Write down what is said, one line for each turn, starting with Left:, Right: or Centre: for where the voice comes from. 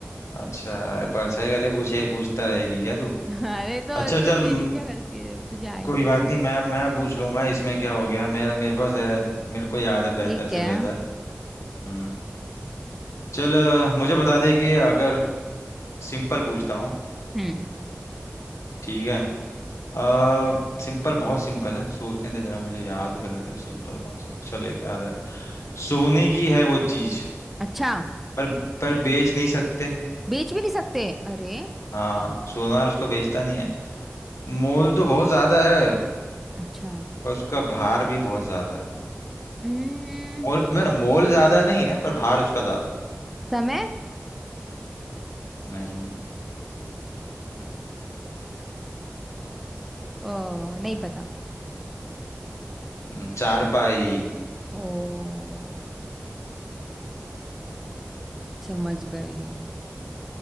Left: अच्छा परसाई वाले पूछे पूछता रहेगी क्या तू
Centre: अरे तो
Left: अच्छा
Centre: ऐसे
Left: चल
Centre: मेरी
Left: म,
Centre: क्या गलती है जब तुझे आ ही
Left: कोई
Centre: नहीं
Left: बात
Centre: रहा
Left: नहीं मैं मैं पूछ लूंगा इसमें क्या हो गया मेरे मेरे पास है मेरे को याद है बेहतर
Centre: ठीक है
Left: से बेहतर हम्म चल अ, मुझे बता दे कि अगर सिंपल पूछता हूँ
Centre: हम्म
Left: ठीक है आ, सिंपल बहुत सिंपल है सोचने दे जरा मुझे याद करने दे सिंपल कौन सा अक्षर लेके याद है सोने की है वो चीज
Centre: अच्छा
Left: पर पर बेच नहीं सकते
Centre: बेच भी नहीं सकते अरे
Left: हाँ सोनार उसको बेचता नहीं है मोल तो बहुत ज्यादा है
Centre: अच्छा
Left: पर उसका भार भी बहुत ज्यादा है
Centre: हम्म
Left: मोल मेरा मोल ज्यादा नहीं है पर भार उसका ज्यादा है
Centre: समय
Left: नहीं
Centre: ओ नहीं पता
Left: हम्म, चारपाई
Centre: ओ समझ गई